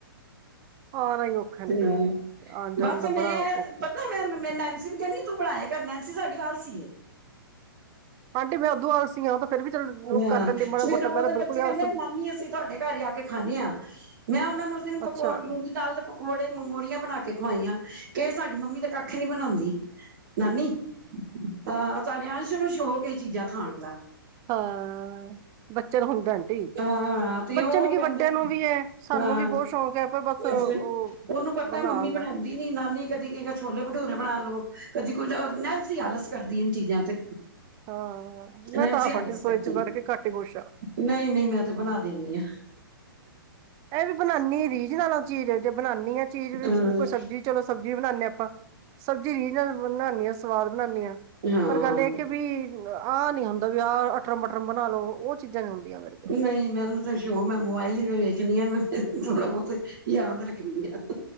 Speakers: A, on the right; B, on the right.
A: <unintelligible>
B: ਹ--ਬਸ
A: ਆਣ ਜਾਣ ਦਾ
B: ਮੈਂ
A: ਬੜਾ ਔਖਾ।
B: ਪਤਾ, ਮੈਂ ਨੈਨਸੀ ਨੂੰ ਕਹਿੰ ਤੂੰ ਬਣਾਇਆ ਕਰ, ਨੈਨਸੀ ਸਾਡੀ ਆਾਲਸੀ ਏ
A: ਆਂਟੀ ਮੈਂ ਉਦੋਂ ਆਲਸੀ ਆ ਉਹ ਤਾਂ ਫਿਰ ਵੀ ਚੱਲ ਉਹ
B: ਹਾਂ
A: ਕਰ ਲੈਂਦੀ ਮਾੜਾ
B: ਫੇਰ
A: ਮੋਟਾ
B: ਉਹਦੇ
A: ਮੈਂ ਤਾਂ ਬਿਲਕੁਲ
B: ਬੱਚੇ
A: ਹੀ
B: ਕਹਿੰਦੇ
A: ਆਲਸ
B: ਨਾਨੀ ਅਸੀਂ ਤੁਹਾਡੇ ਘਰ ਆ ਕੇ ਖਾਂਦੇ ਹਾਂ। ਮੈਂ ਉਹਨਾ ਨੂੰ ਉਸ ਦਿਨ ਪਕੋ
A: ਅੱਛਾ।
B: ਮੂੰਗੀ ਦਾਲ ਦੇ ਪ ਪੌੜੇ ਮੰਗੋੜੀਆਂ ਬਣਾ ਕੇ ਖਵਾਈਆਂ, ਕਿ ਸਾਡੀ ਮੰਮੀ ਦਾ ਕੱਖ ਨਹੀਂ ਬਣਾਂਦੀ, ਨਾਨੀ, ਤਾਂ ਸਾਡੇ ਅੰਸ਼ ਨੂੰ ਸ਼ੌਕ ਚੀਜ਼ਾਂ ਖਾਣ ਦਾ
A: ਹਾਂ, ਬੱਚੇ ਨੂੰ ਹੁੰਦਾ ਆਂਟੀ
B: ਹਾਂ ਤੇ
A: ਬੱਚਨ
B: ਉਹ
A: ਕੀ
B: ਕਹਿੰਦਾ
A: ਵੱਡਿਆਂ ਨੂੰ ਵੀ ਹੈ। ਸਾਨੂੰ
B: ਹਾਂ
A: ਵੀ ਬਹੁਤ ਸ਼ੌਕ ਹੈ, ਪਰ ਬਸ
B: ਵੈਸੇ
A: ਉਹ
B: ਉਹਨੂੰ ਪਤਾ
A: ਬਣਾਉਣ
B: ਮੰਮੀ ਬਣਾ
A: ਦਾ
B: ਦੀ ਨੀ ਨਾਨੀ ਕਦੀ ਕਹੈਗਾ ਛੋਲੇ ਭਠੂਰੇ ਬਣਾ ਲੋ, ਕਦੀ ਕੁੱਝ ਨੇਨਸੀ ਆਲਸ ਕਰਦੀ ਇਹ ਚੀਜ਼ਾਂ ਤੇ
A: ਹਾਂ, ਮੈਂ
B: ਨੈਨਸੀ
A: ਤਾਂ ਆਪ
B: ਆਲਸ
A: ਅੰਟੀ ਰਸੋਈ
B: ਕਰਦੀ।
A: ਚ ਬੜ ਕੇ ਕੱਟ ਹੀ ਕੁਛ ਹਾ
B: ਨਹੀਂ ਨਹੀਂ ਮੈਂ ਤੇ ਬਣਾ ਦਿੰਦੀ ਆ,
A: ਇਹ ਵੀ ਬਣਾਉਨੀ ਰੀਜ਼ ਨਾਲ ਆ ਚੀਜ਼ ਜੇ ਬਣਾਉਣੀ ਹ ਚੀਜ਼ ਵੀ
B: ਹਾਂ
A: ਕੋਈ ਸਬਜ਼ੀ ਚਲੋ ਸਬਜ਼ੀ ਬਣਾਨਦੇ ਆਪਾਂ ਸਬਜ਼ੀ ਰੀਝ ਨਾਲ, ਬਣਾਦੀ ਹਾਂ ਸਵਾਦ ਬਣਾਉਦੀ ਹਾਂ,
B: ਹਾਂ
A: ਪਰ ਗੱਲ ਇਹ ਕਿ ਵੀ ਆਹ ਨੀ ਹੁੰਦਾ ਵਿਆਹ ਪਟਰਮ ਬਟਰਮ ਬਣਾ ਲਓ ਉਹ ਚੀਜ਼ਾਂ ਵੀ ਨੀ ਆਉਂਦੀਆ ਮੈਨੂ
B: ਨਹੀਂ ਮੈਨੂੰ ਤਾਂ ਸ਼ੌਕ ਮੈਂ ਮੋਬਾਇਲ ਹੀ ਵੇਖਣੀ ਹਾਂ ਮੈਂ ਥੋੜ੍ਹਾ ਬਹੁਤ, ਯਾਦ ਰੱਖਣੀ ਆ।